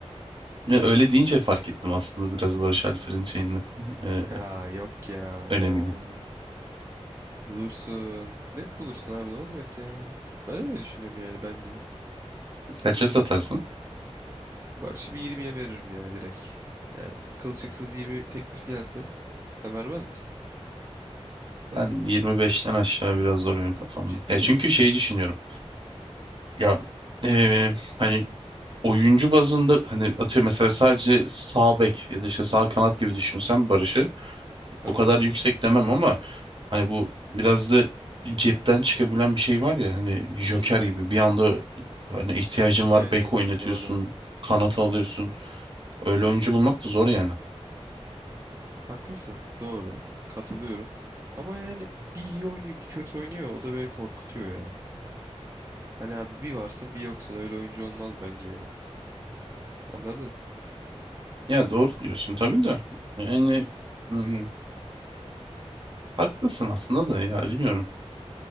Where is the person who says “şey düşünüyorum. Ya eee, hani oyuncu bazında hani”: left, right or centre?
Right